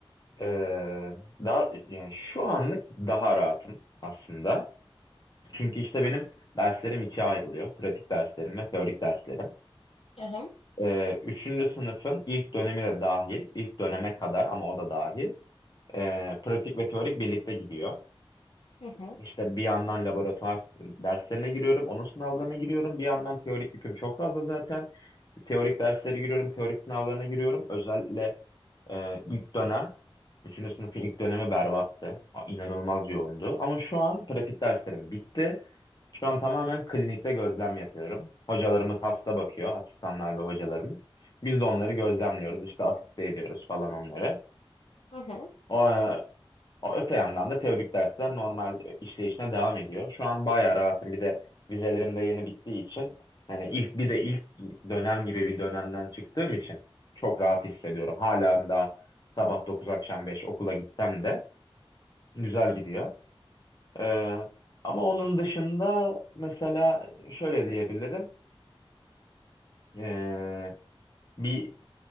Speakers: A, on the left; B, on the left.
A: Ee, daha yani şu anlık daha rahatım aslında. Çünkü işte benim derslerim ikiye ayrılıyor. Pratik derslerim ve teorik derslerim.
B: Hı hı.
A: Ee, üçüncü sınıfın ilk dönemi de dahil, ilk döneme kadar ama o da dahil. ee, pratik ve teorik birlikte gidiyor.
B: Hı hı.
A: İşte bir yandan laboratuvar derslerine giriyorum, onun sınavlarına giriyorum. Bir yandan teorik yüküm çok fazla zaten. Teorik derslere giriyorum, teorik sınavlarına giriyorum. Özel Ee, ilk dönem, üçüncü sınıfın ilk dönemi berbattı. A- İnanılmaz yoğundu. Ama şu an pratik derslerim bitti. Şu an tamamen klinikte gözlem yapıyorum. Hocalarımız hasta bakıyor, asistanlar ve hocalarımız. Biz de onları gözlemliyoruz, işte asiste ediyoruz falan onları.
B: Hı hı.
A: O, o- Öte yandan da teorik dersler normal e, işleyişine devam ediyor. Şu an bayağı rahatım. Bir de vizelerim de yeni bittiği için hani ilk bir de ilk dönem gibi bir dönemden çıktığım için çok rahat hissediyorum. Hala da sabah 9 akşam 5 okula gitsem de güzel gidiyor. Ee, ama onun dışında mesela şöyle diyebilirim. Ee, bir